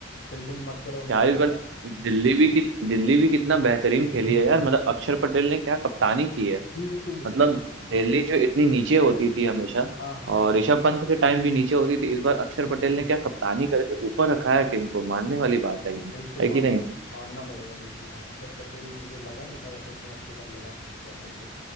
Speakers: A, on the left; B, on the right.
A: फील्डिंग मत करो मुझे
B: यार
A: लगता
B: इस बार
A: है
B: दिल्ली भी कि, दिल्ली भी कितना बेहतरीन खेली है यार मतलब अक्षर पटेल ने क्या कप्तानी की है
A: बिल्कुल बिल्कुल
B: मतलब दिल्ली जो इतनी नीचे होती थी हमेशा
A: हाँ हाँ
B: और
A: हाँ हाँ।
B: ऋषभ पंत के टाइम भी नीचे होती थी इस बार अक्षर
A: हम्म
B: पटेल ने क्या कप्तानी करके ऊपर रखा है टीम को मानने वाली बात है एकदम
A: बिल्कुल
B: है
A: मानना
B: कि नहीं
A: मानना पड़ेगा बिल्कुल हाँ अक्षर पटेल मुझे लगा नहीं था वैसे इतने अच्छे कर लेगा कैप्टनसी